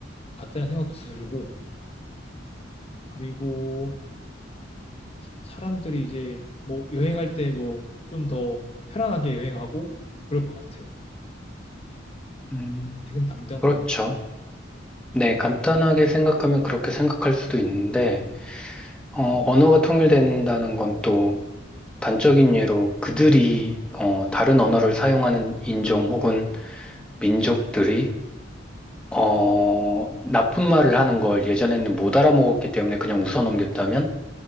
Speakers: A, on the left; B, in the centre.
A: 같다는 생각도 들고 그리고 사람들이 이제 뭐 여행할 때 뭐 좀 더 편안하게 여행하고 그럴 것 같아요.
B: 음,
A: 지금 당장
B: 그렇죠.
A: 드는 생각.
B: 네, 간단하게 생각하면 그렇게 생각할 수도 있는데, 어, 언어가 통일된다는 건 또 단적인 예로 그들이, 어, 다른 언어를 사용하는 인종 혹은 민족들이, 어, 나쁜 말을 하는 걸 예전에는 못 알아먹었기 때문에 그냥 웃어 넘겼다면,